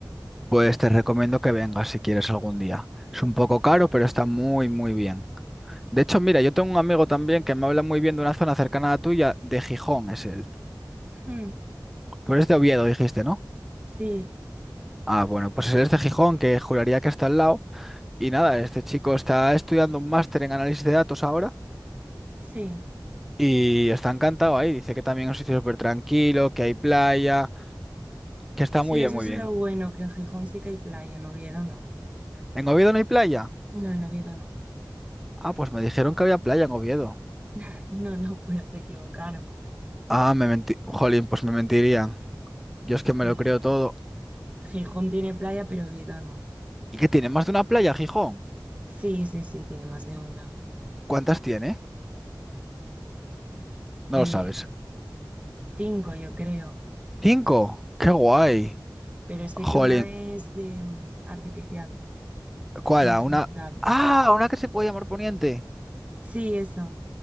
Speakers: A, in the centre; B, on the right.
A: pues te recomiendo que vengas si quieres algún día. Es un poco caro, pero está muy, muy bien. De hecho, mira, yo tengo un amigo también que me habla muy bien de una zona cercana a la tuya, de Gijón es él.
B: Hmm,
A: Pero es de Oviedo, dijiste, ¿no?
B: Sí,
A: Ah, bueno, pues él es de Gijón, que juraría que está al lado. Y nada, este chico está estudiando un máster en análisis de datos ahora
B: sí.
A: y está encantado ahí. Dice que también es un sitio súper tranquilo, que hay playa, que está
B: Sí,
A: muy
B: eso
A: bien, muy
B: es
A: bien.
B: lo bueno, que en Gijón sí que hay playa, en Oviedo no.
A: ¿En Oviedo no hay playa?
B: No, en Oviedo no.
A: Ah, pues me dijeron que había playa en Oviedo.
B: <laughs> No, no, pues se equivocaron.
A: Ah, me mentí. Jolín, pues me mentirían. Yo es que me
B: El
A: lo creo todo.
B: Gijón tiene playa, pero Oviedo no.
A: ¿Y qué tiene? ¿Más de una playa, Gijón?
B: Sí, sí, sí, tiene más de una.
A: ¿Cuántas tiene? No
B: Eh,
A: lo sabes.
B: cinco, yo creo.
A: ¿Cinco? ¡Qué guay!
B: Pero sé
A: Jolín,
B: que una es de mm, artificial,
A: ¿cuál?
B: no
A: ¿A
B: es
A: Una.
B: natural.
A: ¡Ah! Una que se puede llamar Poniente.
B: Sí, esa.